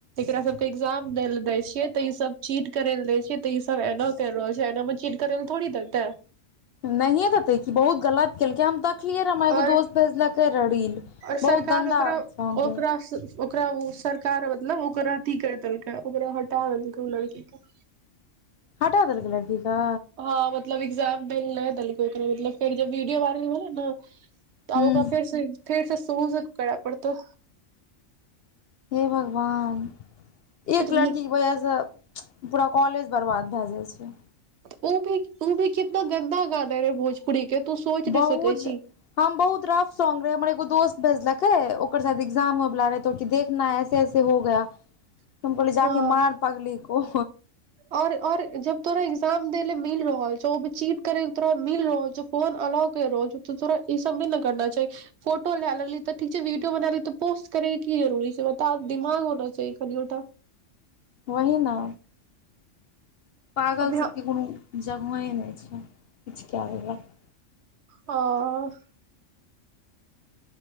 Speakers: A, on the right; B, on the left.
A: एकरा सब के एग्जाम दैय ल दय छिये तऽ ई सब चीट करे ल दय छिय तऽ इ सब एना कैर रहल छै एनामे चीट करैल थोड़ी दतै।
B: नहिये देतै कि बहुत गलत केलकै हम त देखलियै रे एगो
A: और
B: दोस्त भेजलकै रैहा रील
A: और सरकार
B: बहुत गंदा
A: ओकरा
B: सॉन्ग
A: ओकरा
B: रहे।
A: ओकरा ओ सरकार मतलब ओकरा अथी कर देलकै ओकरा हटा देलकै ओ लड़की के।
B: हटा देलकै लड़की क?
A: हँ मतलब एग्जाम दैल नहि देलकै ओकरा मतलब फेर जब वीडियो वायरल भेलै ने त आब
B: हूं
A: ओकरा फेर से फेर से शुरू स करै पड़तय।
B: हे भगवान एक
A: तऽ
B: लड़कीके वजहस पूरा कॉलेज बर्बाद भए जाइ छै।
A: उ भी उ भी कितना गन्दा गाना रहे भोजपुरी के तू सोच नहि
B: बहुज
A: सकै
B: ज्य
A: छी
B: हम बहुत रफ सौंग रहेै हमर एगो दोस्त भेजलकै ओकर शायद एग्जाम होय बला रहै कहलकै देखना ऐसे ऐसे हो गया।
A: <unintelligible>
B: हम कहली जाके
A: हँ
B: मार पगली को।
A: और और जब तोरा एक्जाम दैल मिल रहल छौ ओ भी चीट करे लेल तोरा मिल रहल छौ फोन अलाव कर रहल छै तोरा ई सब नहि न करना चाही। फोटो लए लेली तऽ ठीक छै वीडियो बना ली तऽ पोस्ट करै के की जरुरी छै बता दिमाग होना चाही कनियो टा।
B: वही ना। पागल
A: अभी
B: सबके कोनो जगहे नहि छै किछु कए देलक।
A: हँऽ।